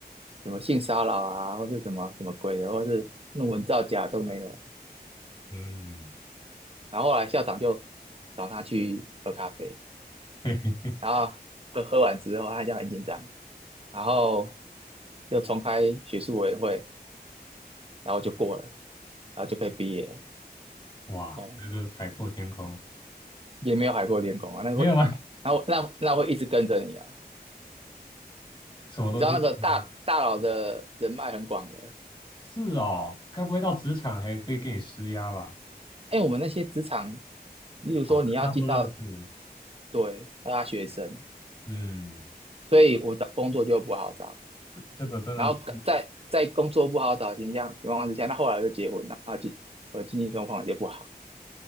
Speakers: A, on the right; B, on the left.
A: 什么性骚扰啊，或是什么什么鬼的，或是论文造假都没有。
B: 嗯，
A: 然后后来校长就找他去喝咖啡，
B: 嘿嘿，
A: 然后喝喝完之后，他就很紧张，然后就重开学术委员会，然后就过了，然后就可以毕业了。
B: 哇，
A: 嗯，
B: 这个海阔天空。
A: 也没有海阔天空啊，那个会，
B: 没有吗？<laughs>
A: 然后那那会一直跟着你啊。
B: 什么东西？
A: 你知道那个大大佬的人脉很广的，
B: 嗯是哦，该不会到职场还会给你施压吧？
A: 哎，我们那些职场，例如说你要进到
B: 啊，跟他都认识
A: 对大学生，
B: 嗯，
A: 所以我的工作就不好找，
B: 这个真的是
A: 然后在在工作不好找的情况情况之下，那后来就结婚了，然后经我的经济状况也就不好，